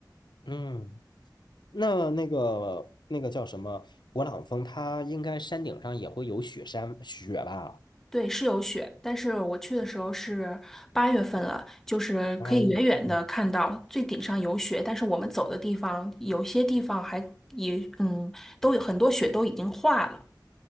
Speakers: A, on the left (about 70°); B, in the centre.
A: 嗯。嗯那那个那个叫什么勃朗峰，它应该山顶上也会有雪山雪吧？
B: 对，是有雪，但是我去的时候是八月份了，就是可以远远的看到最顶上有雪，
A: 啊，嗯，
B: 但是我们走的地方有些地方还也嗯，都有很多雪都已经化了。